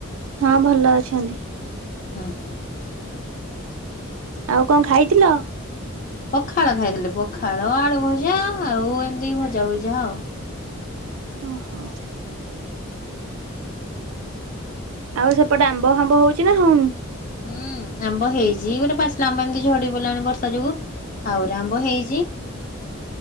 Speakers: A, on the right; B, on the left.
A: ହଁ ଭଲ ଅଛନ୍ତି।
B: ଉଁ ହୁଁ
A: ଆଉ କଣ ଖାଇଥିଲ
B: ପଖାଳ ଖାଇଥିଲେ ପଖାଳ ଆଳୁ ଭଜା ଆଉ ଏମିତି ଭଜା ଭୁଜା ଆଉ
A: ଓହୋ ଆଉ ସେପଟେ ଆମ୍ବ ଫାମ୍ବ ହଉଛି। ହଉଚି ନା ହଉନି
B: ହୁଁ ଆମ୍ବ ହେଇଛି ଗୋଟେ ପାଚିଲା ଆମ୍ବ ଏମିତି ଝଡି ପଲାଣି ବର୍ଷା ଯୋଗୁ ଆହୁରି ଆମ୍ବ ହେଇଛି।